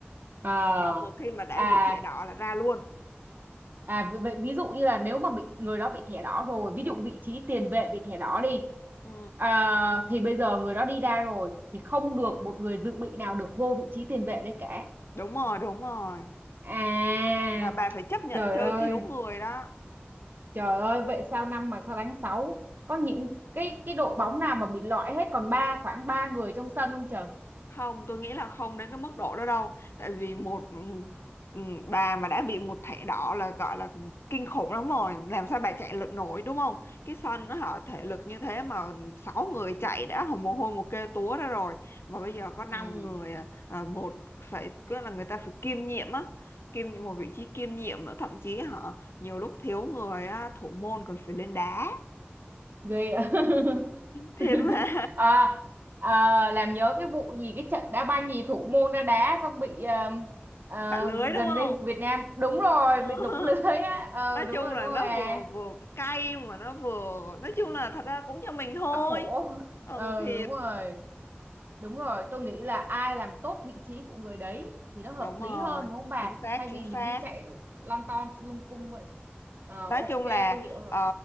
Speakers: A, on the right (about 50°); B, on the left (about 75°).
A: ờ,
B: Còn một khi mà đã
A: à,
B: bị thẻ đỏ là ra luôn.
A: À, vì vậy ví dụ như là nếu mà bị người đó bị thẻ đỏ rồi, ví dụ vị trí tiền vệ bị thẻ đỏ đi,
B: Ừ,
A: à, thì bây giờ người đó đi ra rồi thì không được một người dự bị nào được vô vị trí tiền vệ đấy cả.
B: đúng rồi, đúng rồi.
A: À,
B: Là bà phải chấp nhận
A: trời
B: chơi
A: ơi,
B: thiếu người đó.
A: trời ơi, vậy sao năm mà sao đánh sáu? Có những cái cái đội bóng nào mà bị loại hết còn ba khoảng ba người trong sân không trời?
B: không tôi nghĩ là không đến cái mức độ đó đâu tại vì một ừ, bà mà đã bị một thẻ đỏ là gọi là kinh khủng lắm rồi làm sao bà chạy lực nổi đúng không cái sân nó họ thể lực như thế mà sáu người chạy đã hồng mồ hôi một kê túa ra rồi mà bây giờ có năm
A: Ừ,
B: người à, à, một phải cứ là người ta phải kiêm nhiệm á kiêm nhiệm một vị trí kiêm nhiệm nữa thậm chí họ nhiều lúc thiếu người á, thủ môn còn phải lên đá
A: ghê. ạ. <laughs>
B: thiệt
A: <laughs>
B: mà
A: à, à, làm nhớ cái vụ gì cái trận đá banh gì thủ môn ra đá xong bị ờ,
B: <laughs>
A: ờ,
B: bạn lưới đúng
A: gần
B: không
A: đây Việt Nam đúng rồi
B: <laughs>
A: bị lủng <laughs> lưới á ờ
B: nói
A: đúng
B: chung
A: rồi
B: là
A: đúng rồi
B: nó
A: à
B: vừa vừa cay mà nó vừa nói chung là thật ra cũng cho mình thôi
A: bác khổ
B: ừ,
A: ờ
B: thịt
A: đúng rồi đúng rồi tôi nghĩ là ai làm tốt vị trí của người đấy thì nó hợp
B: đúng
A: lý
B: rồi
A: hơn đúng không bà
B: chính xác
A: thay vì
B: chính xác
A: mình đi chạy lon ton lung cung vậy Ờ
B: nói
A: ok
B: chung là
A: tôi hiểu rồi
B: ờ,